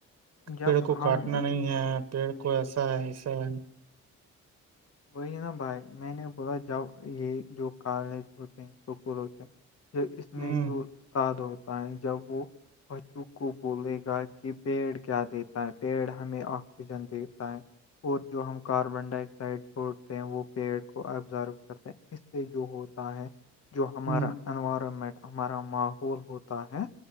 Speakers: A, on the left (about 55°); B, on the right (about 60°).
A: ہے جب
B: پیڑ کو
A: ہم
B: کاٹنا نہیں ہے پیڑ کو ایسا ہے ایسا ہے
A: وہی نا بھائی میں نے بولا جب یہ جو کالج ہوتے ہیں سکول ہوتے جو اس میں
B: ہوں
A: جو استاد ہوتا ہے جب وہ بچوں کو بولے گا کہ پیڑ کیا دیتا ہے پیڑ ہمیں آکسیجن دیتا ہے اور جو ہم کاربن ڈائی آکسائڈ چھوڑتے ہیں وہ پیڑ کو ابزرو کرتے ہیں اس سے جو ہوتا ہے جو ہمارا
B: ہ
A: انوائرمنٹ ہمارا ماحول ہوتا ہے